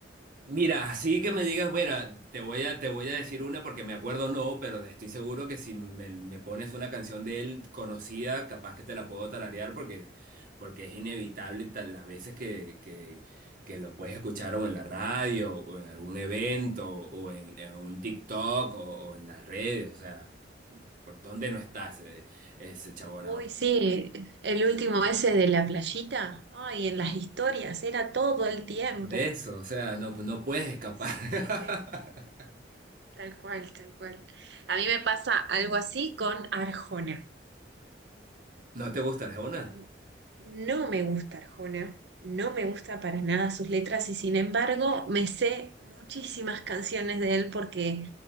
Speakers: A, on the right (about 50°); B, on the right (about 65°).
A: Mira, así que me digas, bueno, te voy a, te voy a decir una porque me acuerdo no, pero estoy seguro que si me, me pones una canción de él conocida, capaz que te la puedo tararear porque, porque es inevitable tan- las veces que, que, que lo puedes escuchar o en la radio o en algún evento o en, en un TikTok o, o en las redes, o sea, ¿por dónde no está ese, ese chabón
B: Uy,
A: aún?
B: sí, el último ese de la playita. Ay, en las historias, era todo el tiempo.
A: Por eso, o sea, no, no puedes escapar.
B: Sí,
A: <laughs>
B: sí, sí, tal cual, tal cual. A mí me pasa algo así con Arjona.
A: ¿No te gusta Arjona?
B: Y No me gusta Arjona, no me gusta para nada sus letras y sin embargo me sé muchísimas canciones de él porque